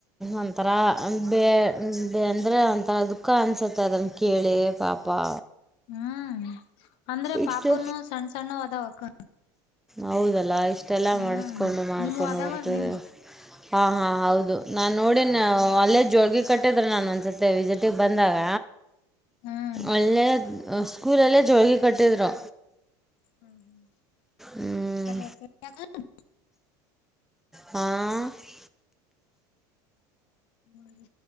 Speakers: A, in the centre; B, on the left.
A: ಒಂಥರ ಬ ಅಂದ್ರೆ ಒಂಥರ ಅದಕ್ಕ ಅನ್ಸತ್ತೆ ಅದನ್ನು ಕೇಳಿ ಪಾಪ. ಬಾ
B: ಹ್ಮ್ ಅಂದ್ರೆ
A: ಇಷ್ಟು
B: ಪಾಪನು ಸಣ್ಣ ಸಣ್ಣ ಅದಾವಕ್.
A: ಹೌದಲ್ಲ ಇಷ್ಟೆಲ್ಲ
B: ಹ್ಮ್
A: ಮಾಡಸ್ಕೊಂಡು ಮಾಡ್ಕೊಂಡು
B: ನಿಮವು ಅದಾವಲ್
A: ಹೋಗ್ತದೆ
B: ನಿಮ್
A: ಹಾ ಹಾ ಹೌದು. ನಾನು ನೋಡಿ ನ ಅಲ್ಲೇ ಜೋಳಗೆ ಕಟ್ಟಿದ್ರ ನಾನು ಒಂದ್ಸತಿ ವಿಸಿಟಿಗೆ ಬಂದಾಗ
B: ಹ್ಮ್
A: ಅಲ್ಲೇ ಸ್ಕೂಲ್ಲ್ಲೇ ಜೋಳಗಿ ಕಟ್ಟಿದ್ರು.
B: ಹ್ಮ
A: ಹ್ಞೂ
B: ತಾರ ಎ <unintelligible>
A: ಹಾ ಹಾ ಹಾ
B: ಹ್ಮ್